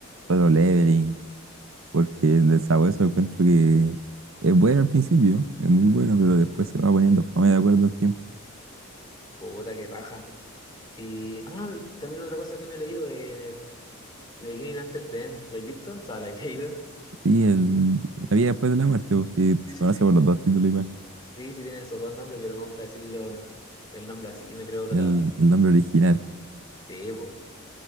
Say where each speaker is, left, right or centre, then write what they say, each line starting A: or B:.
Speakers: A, on the right; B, on the left.
A: solo leveling. porque el de Sabueso encuentro que es bueno al principio, es muy bueno, pero después se va poniendo fome de acuerdo al tiempo.
B: Puta, qué paja. Y ah, también otra cosa que me he leído de The Beginning After the End. ¿Lo has visto? O sea, ¿la has <laughs> leído?
A: Sí, el, la vida después de la muerte, porque se
B: Sí, sí,
A: conoce
B: sí.
A: por los dos títulos igual,
B: Sí, sí, tienen esos dos nombres, pero me gusta decirlo el nombre así y me creo protagonista.
A: el, el nombre original.
B: Sí, pues.